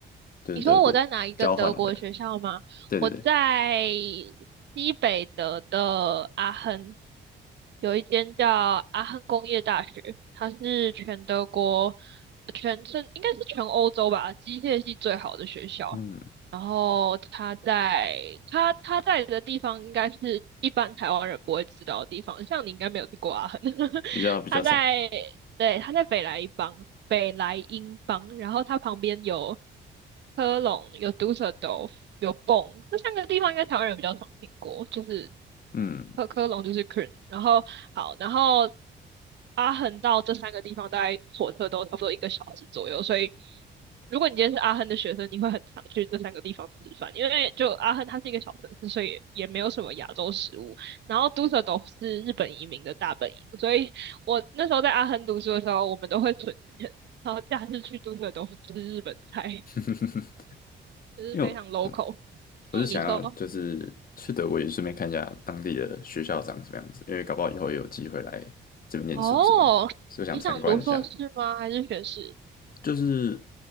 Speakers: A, on the left (about 45°); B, on the right (about 60°).
A: 就是德国交换的。
B: 你说我在哪一个德国学校吗？
A: 对对对，
B: 我在西北德的阿亨，有一间叫阿亨工业大学，它是全德国、全是应该是全欧洲吧，机械系最好的学校。
A: 嗯，
B: 然后它在它它在的地方，应该是一般台湾人不会知道的地方，像你应该没有去过阿亨，<laughs>
A: 比较比较少。
B: 它在。对，他在北莱茵邦，北莱茵邦，然后它旁边有科隆，有杜塞尔多夫，有蹦，这三个地方应该台湾人比较常听过，就是
A: 嗯，
B: 科科隆就是 k ö n 然后好，然后阿亨到这三个地方大概火车都差不多一个小时左右，所以如果你今天是阿亨的学生，你会很常去这三个地方吃饭，因为就阿亨它是一个小城市，所以也没有什么亚洲食物，然后杜塞尔多夫是日本移民的大本营，所以。我那时候在阿亨读书的时候，我们都会存钱，然后假日去住的都是吃日本菜，
A: <laughs>
B: 就是非常
A: 因为我。
B: local。嗯，
A: 我是想要就是去德国也顺便看一下当地的学校长什么样子，
B: 你说，
A: 因为搞不好以后也有机会来这边念书什么的，
B: 哦，
A: 所以我想参观一下，
B: 你想读硕士吗？还是学士？
A: 就是